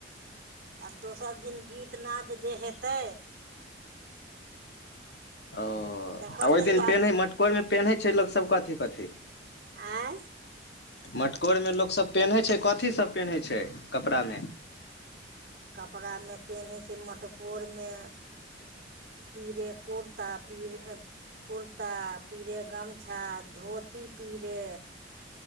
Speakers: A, on the right (about 50°); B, on the left (about 60°).
A: आब दोसर दिन गीत नाद जे हेत्तै।
B: ओ
A: तकर
B: आ ओहि
A: तैयारी
B: दिन पेनहै मटकोरमे पेनहै छै लोक सभ कथी कथी?
A: आँय
B: मटकोरमे लोकसभ पेनहै छै कथीसभ पेनहै छै कपड़ा मे?
A: कपड़ा मे पेनहै छै मटकोर मे पीरे कुर्ता पीरे कुर्ता पीरे गमछा धोती पीरे